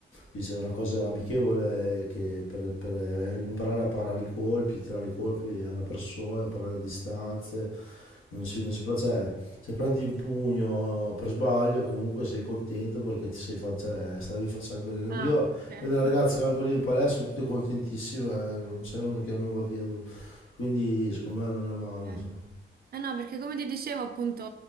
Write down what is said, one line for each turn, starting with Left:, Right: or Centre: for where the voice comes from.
Left: dice, una cosa amichevole che per, per eh, imparare a parare i colpi, tirare i colpi a una persona, imparare le distanze, non si, non si, pro- cioè, se prendi un pugno per sbaglio comunque sei contento perché ti sei fatto, cioè, stavi facendo allenamento.
Right: Ah,
Left: Io
Right: ok.
Left: vedo le
Right: <laughs>
Left: ragazze che vengo lì in palestra, sono tutte contentissime, eh, non c'è una che non va via. dopo. Quindi secondo me non è male.
Right: Ok.
Left: insomma.
Right: Eh no, perché come ti dicevo, appunto,